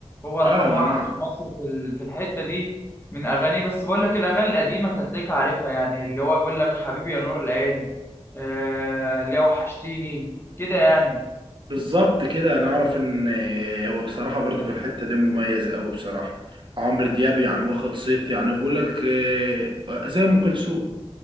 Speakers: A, on the left (about 20°); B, on the right (about 45°).
A: هو رقم
B: اه وانا
A: واحد في مصر في ال- في الحته دي من اغانيه بس بقول لك الاغاني القديمه انت هتلاقيك عارفها يعني اللي هو بيقول لك حبيبي يا نور العين آه اللي هو وحشتيني كده يعني
B: بالظبط كده انا اعرف ان آه، هو بصراحه برضو في الحته دي مميز قوي بصراحه عمرو دياب يعني واخد صيت يعني بيقول لك آه، زي ام كلثوم